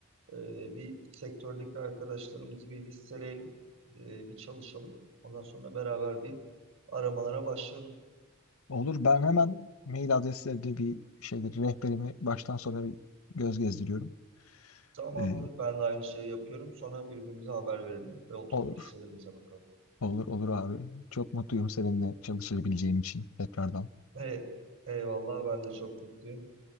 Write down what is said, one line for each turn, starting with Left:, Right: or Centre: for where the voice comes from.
Right: Ee, bir sektördeki arkadaşlarımızı bir listeleyelim, Ee, bir çalışalım. Ondan sonra beraber bir aramalara başlayalım.
Left: Olur. Ben hemen mail adreslerinde bir şeyleri rehberimi baştan sona bir göz gezdiriyorum.
Right: Tamamdır.
Left: Ee,
Right: Ben de aynı şeyi yapıyorum. Sonra birbirimize haber verelim ve oturup
Left: olur.
Right: listelerimize bakalım.
Left: Olur olur abi. Çok mutluyum seninle çalışabileceğim için tekrardan.
Right: Ee, eyvallah. Ben de çok mutluyum.